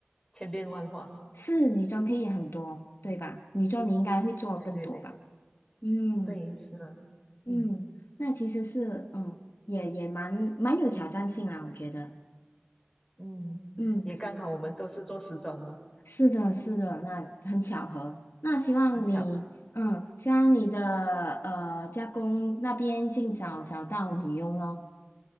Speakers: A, on the left; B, on the left.
A: 千变万化。
B: 是女装可以很多，对吧？女装你应该会做更多吧？
A: 嗯，对对对
B: 嗯
A: 对，是的，嗯
B: 嗯，那其实是嗯也也蛮蛮有挑战性啦，我觉得。
A: 嗯，
B: 嗯。
A: 也刚好我们都是做时装哦，
B: 是的，是的，那很巧合。那希望你，
A: 很巧。
B: 嗯，希望你的呃家公那边尽早找到女佣哦。